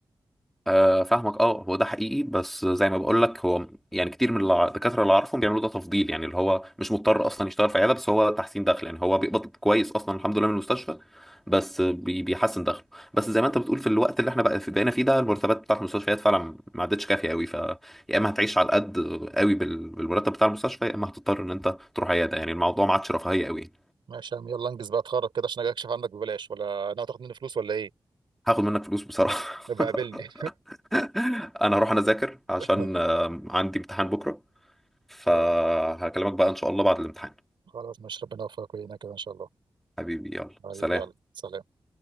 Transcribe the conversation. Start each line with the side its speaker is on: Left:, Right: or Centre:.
Centre: آه، فاهمك اه هو ده حقيقي بس زي ما بقول لك هو يعني كتير من الع- الدكاتره اللي اعرفهم بيعملوا ده تفضيل يعني اللي هو مش مضطر اصلا يشتغل في عياده بس هو تحسين دخل يعني هو بيقبض كويس اصلا الحمد لله من المستشفى بس بي- بيحسن دخله بس زي ما انت بتقول في الوقت اللي احنا بقى في بقينا فيه ده المرتبات بتاعت المستشفيات فعلا ما عادتش كافيه قوي ف يا اما هتعيش على القد قوي بال- بالمرتب بتاع المستشفى يا اما هتضطر ان انت تروح عياده يعني الموضوع ما عادش رفاهيه قوي
Right: ماشي يا عم يلا انجز بقى اتخرج كده عشان اجي اكشف عندك ببلاش ولا ناوي تاخد مني فلوس ولا ايه؟
Centre: هاخد منك فلوس بصراحه
Right: يبقى
Centre: <laughs>
Right: قابلني
Centre: انا هروح انا اذاكر عشان
Right: <laughs>
Centre: آم، عندي امتحان بكره فهكلمك
Right: خلاص
Centre: بقى إن شاء الله بعد الامتحان
Right: خلاص ماشي ربنا يوفقك ويعينك كده ان شاء الله
Centre: حبيبي يلا
Right: حبيبي
Centre: سلام
Right: يلا سلام